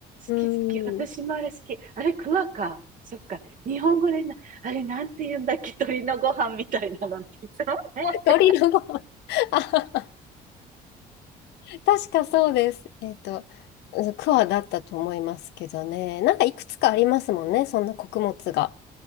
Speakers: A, on the left (about 80°); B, on the right (about 50°).
A: うん。
B: き好き。私もあれ好き。あれ、クワか。そっか。日本語でな、あれなんて言うんだっけ、鳥のご飯みたいなのっていつも思ってた。
A: 鳥のごま。<laughs> あはは確かそうです。えっと、うんクワだったと思いますけどね。なんかいくつかありますもんね、そんな穀物が。